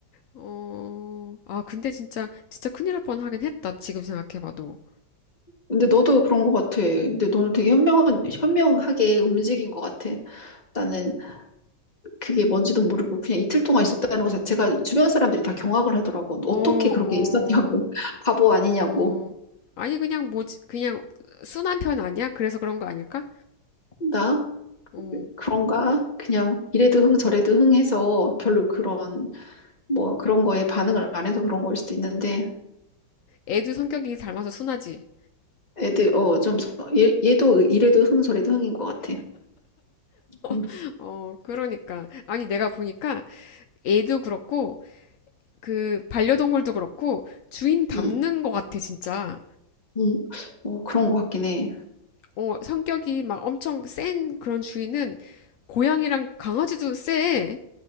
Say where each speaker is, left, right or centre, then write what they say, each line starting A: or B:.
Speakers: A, on the left; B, on the left.
A: 어, 아, 근데 진짜, 진짜 큰일 날 뻔하긴 했다. 지금 생각해봐도.
B: 근데 너도 그런 것 같아. 근데 너는 되게 현명한, 현명하게 움직인 것 같아. 나는 그게 뭔지도 모르고 그냥 이틀 동안 있었다는 것 자체가 주변 사람들이 다 경악을 하더라고.
A: 어,
B: 어떻게 그렇게
A: 어,
B: 있었냐고. <laughs> 바보 아니냐고.
A: 어. 아니, 그냥 뭐지? 그냥 순한 편 아니야? 그래서 그런 거 아닐까?
B: 나
A: 어.
B: 그런가? 그냥 이래도 흥 저래도 흥 해서 별로 그런 뭐 그런 거에 반응을 안 해서 그런 걸 수도 있는데
A: 애도 성격이 닮아서 순하지.
B: 애들 어 좀 얘 얘도 이래도 흥 저래도 흥인 것 같아. 응,
A: <laughs> 어, 그러니까. 아니, 내가 보니까 애도 그렇고, 그, 반려동물도 그렇고, 주인 닮는
B: 응,
A: 거 같아, 진짜.
B: 응. 어 그런 것 같긴 해.
A: 어, 성격이 막 엄청 센 그런 주인은 고양이랑 강아지도 세.